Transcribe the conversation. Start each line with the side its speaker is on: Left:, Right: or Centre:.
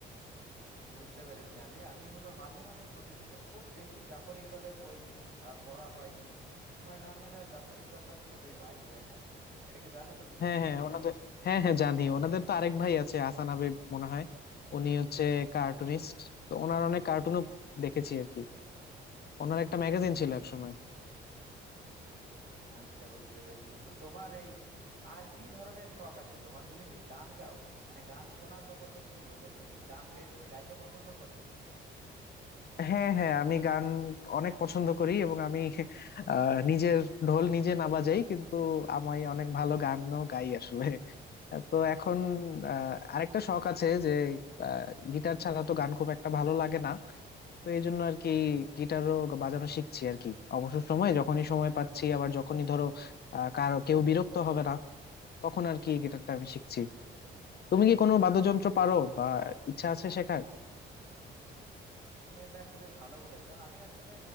Right: বুঝতে পেরেছি আমি আমি হলো মাঝে মাঝে পড়ি কিন্তু খুব বেশি জাফর ইকবালের বই আহ, পড়া হয়নি হুমায়ুন আহমেদ আর জাফর ইকবাল তো আসলে দুই ভাই তাই না এটা কি জানো তুমি
Left: হ্যাঁ হ্যাঁ ওনাদের হ্যাঁ হ্যাঁ জানি ওনাদের তো আরেক ভাই আছে হাসান হাবিব মনে হয় উনি হচ্ছে কার্টুনিস্ট তো ওনার অনেক কার্টুনও দেখেছি আর কি ওনার একটা
Right: বুঝতে
Left: ম্যাগাজিন
Right: পেরেছি
Left: ছিল একসময়
Right: আচ্ছা বুঝতে পেরেছি তো তোমার এই আর কি ধরনের শখ আছে তোমার তুমি কি গান গাও মানে গান শোনার কথা তো তুমি বললে তুমি কি গান গাই- গাইতে পছন্দ করো
Left: হ্যাঁ হ্যাঁ আমি গান অনেক পছন্দ করি এবং আমি আহ, নিজের ঢোল নিজে না বাজাই কিন্তু আমি অনেক ভালো গানও গাই আসলে তো এখন আহ, আরেকটা শখ আছে যে গিটার ছাড়া তো গান খুব একটা ভালো লাগে না তো এই জন্য আর কি গিটারও বাজানো শিখছি আর কি অবসর সময় যখনই সময় পাচ্ছি আবার যখনই ধরো আহ কারো কেউ বিরক্ত হবে না তখন আর কি গিটারটা আমি শিখছি তুমি কি কোনো বাদ্যযন্ত্র পারো বা ইচ্ছা আছে শেখার
Right: তুমি এটা খুবই ভালো বলেছো আমি আসলে